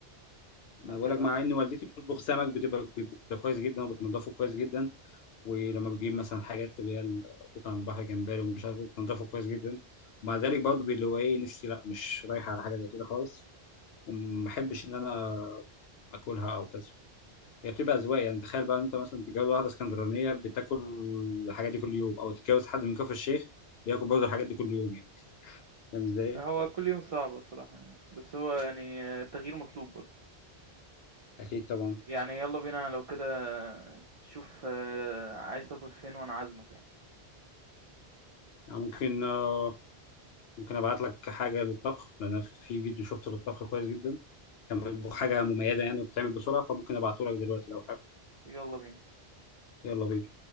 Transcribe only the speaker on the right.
هتبقى
احسن
هو كل يوم صعب الصراحة يعني بس هو يعني التغيير مطلوب برضه
يعني يلا بينا لو كده شوف آه، عايز تاكل فين وانا عازمك يعني
يلا بينا